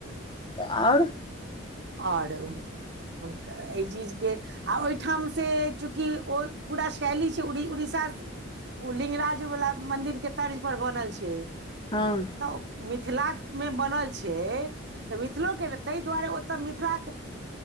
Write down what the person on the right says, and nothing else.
आौर हुनकर एहि चीजके आ ओहिठाम से चूँकि ओ पूरा शैली छै उड़ीसा उ लिंगराज वाला मंन्दिर के तर्ज पर बनल छैय
तऽ मिथिला मे बनल छै तऽ मिथिलोके ताहि दुआरे तऽ मिथिला के